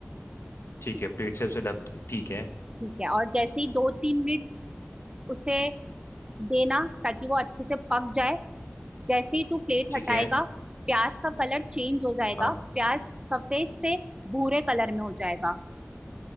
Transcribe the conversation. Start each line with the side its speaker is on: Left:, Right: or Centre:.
Left: ठीक है प्लेट से उसे ढक दूं ठीक है
Right: ठीक है और जैसे ही दो तीन मिनट उसे देना ताकि वो अच्छे से पक जाए जैसे ही तू प्लेट
Left: ठीक
Right: हटाएगा
Left: है
Right: प्याज का कलर चेंज हो जाएगा
Left: हाँ
Right: प्याज सफेद से भूरे कलर में हो जाएगा